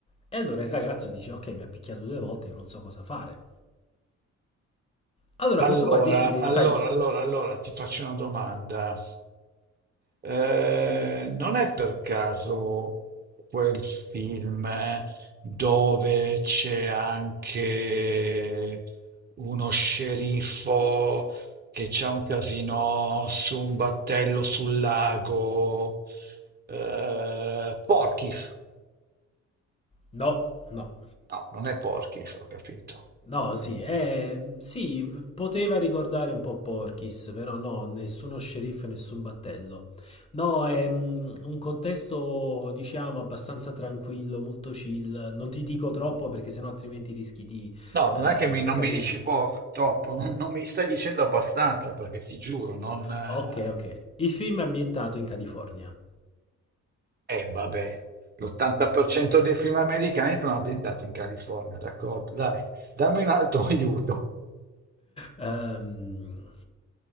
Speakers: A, on the left; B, on the right.
A: E allora il ragazzo dice ok, mi ha picchiato due volte, io non so cosa fare. Allora
B: Allora,
A: questo qua decide
B: allora,
A: di fargli...
B: allora, allora ti faccio una domanda. Eh, non è per caso quel film dove c'è anche uno sceriffo che c'ha un casino su un battello sul lago? Eh, Porky's.
A: No, no,
B: No, non è Porky's, ho capito.
A: No, sì, eh, sì, p- poteva ricordare un po' Porky's, però no, nessuno sceriffo e nessun battello. No, è mm, un contesto, diciamo, abbastanza tranquillo, molto chill. Non ti dico troppo perché sennò altrimenti rischi di
B: No, non
A: eh,
B: è che mi- non
A: capire
B: mi dici
A: subito.
B: poco, troppo, <laughs> non mi stai dicendo abbastanza perché ti giuro, non... Eh,
A: Ok, ok. Il film è ambientato in California.
B: eh, vabbè, l'80% dei film americani sono ambientati in California, d'accordo, dai, dammi un altro <laughs> aiuto.
A: Ehm,